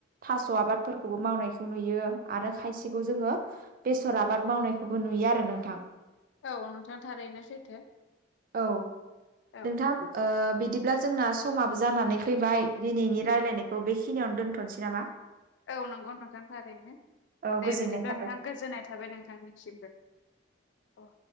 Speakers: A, on the right; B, on the left.
A: थास' आबादफोरखौबो मावनायखौ नुयो आरो खायसेखौ जोङो बेसर आबाद मावनायखौबो नुयो आरो नोंथां
B: औ नोंथां थारैनो सैथो
A: औ
B: औ
A: नोंथा ओ बिदिब्ला जोंना समाबो जानानै फैबाय दिनैनि रायलायनायखौ बेखिनियावनो दोनथ'नोसै नामा <inaudible>
B: औ नंगौ नोंथां थारैनो
A: औ
B: दे
A: गोजोननाय
B: बिदिब्ला
A: थाबाय
B: नोंथां गोजोननाय थाबाय नों थांनिसिमबो अ